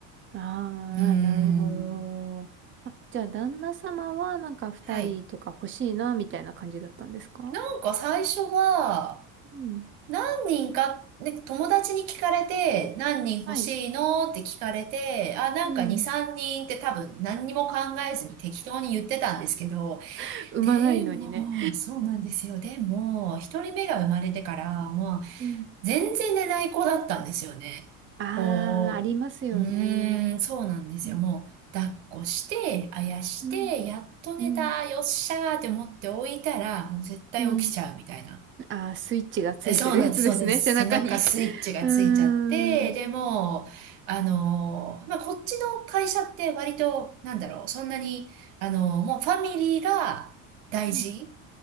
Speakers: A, on the right; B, on the right.
A: ああ、
B: うーん。
A: なるほど。あ、じゃあ旦那様はなんか二人とか欲しいな、
B: はい。
A: みたいな感じだったんですか
B: なんか最初は、
A: うん。
B: 何人か、ね、友達に聞かれて、何人欲しいのって聞かれて、
A: はい。
B: あ、なんか2、
A: うん。
B: 3人って多分何にも考えずに適当に言ってたんですけど、
A: <laughs> 産まないのにね。
B: でも、そうなんですよ。でも、一人目が生まれてから、まあ、
A: うん。
B: 全然寝ない子だったんですよね。
A: ああ、
B: こう、
A: ありますよね。
B: うーん、そうなんですよ。
A: うん。
B: もう、抱っこして、あやして、
A: うん。
B: やっと寝た、
A: うん。
B: よっしゃーって思って置いたら、もう絶対起きちゃうみたいな。
A: うんああー、スイッチがついてるやつですね、
B: えそうなんです、そうなんです。
A: 背中に。
B: 背中スイッチがついちゃって、
A: うーん。
B: でもう、あのー、まあ、こっちの会社って割と、なんだろう、そんなに、あのー、もうファミリーが大事。
A: うん